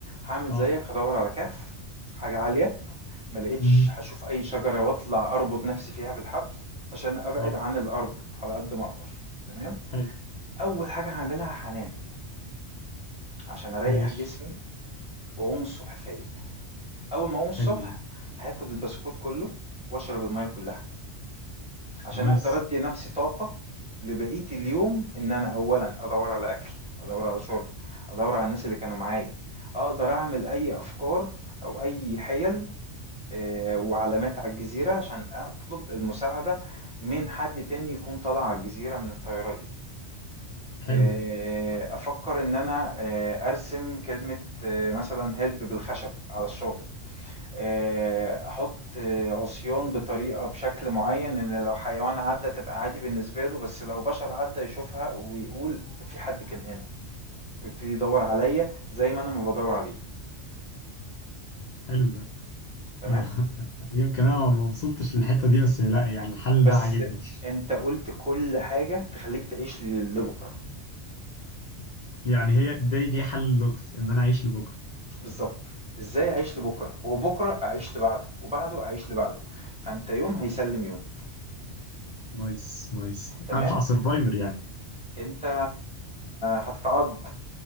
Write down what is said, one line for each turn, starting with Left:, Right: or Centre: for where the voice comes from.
Centre: هعمل
Left: اه
Centre: زيك هدور على كهف حاجة عالية ما لقيتش
Left: امم
Centre: هشوف اي شجرة واطلع اربط نفسي فيها بالحبل عشان ابعد
Left: اه
Centre: عن الارض على قد ما اقدر تمام
Left: حلو
Centre: اول حاجة هعملها هنام عشان اريح
Left: ماشي
Centre: جسمي واقوم الصبح فايق أول ما أقوم الصبح
Left: حلو ده
Centre: هاكل البسكوت كله وأشرب المية كلها عشان
Left: نايس
Centre: أقدر أدي نفسي طاقة لبقية اليوم إن أنا أولا أدور على أكل أدور على شرب أدور على الناس اللي كانوا معايا أقدر أعمل أي أفكار أو أي حيل آه، وعلامات على الجزيرة عشان أطلب المساعدة من حد تاني يكون طالع على الجزيرة من الطيارة دي
Left: حلو
Centre: آه،
Left: ده
Centre: أفكر إن أنا آه، أرسم كلمة آه، مثلا هيلب بالخشب على الشاطئ آآ، أحط آه، عصيان بطريقة بشكل معيّن إن لو حيوان عدّى تبقى عادي بالنسبة له، بس لو بشر عدّى يشوفها ويقول في حد كان هنا، ويبتدي يدوّر عليَّ زي ما أنا ما بادوّر عليه،
Left: حلو ده
Centre: تمام؟
Left: انا <laughs> يمكن انا ما وصلتش للحتة دي بس لا يعني الحل
Centre: بس
Left: ده عاجبني <laughs>
Centre: أنت قُلت كل حاجة تخلّيك تعيش ل لبُكرة،
Left: يعني هي دي دي حل اللغز ان انا اعيش لبكرة
Centre: بالضبط، إزاي أعيش لبُكرة، وبُكرة أعيش لبعده، وبعده أعيش لبعده، فأنت يوم هيسلّم يوم،
Left: نايس نايس
Centre: تمام؟
Left: انفع سرفايفر يعني
Centre: أنت هتتعض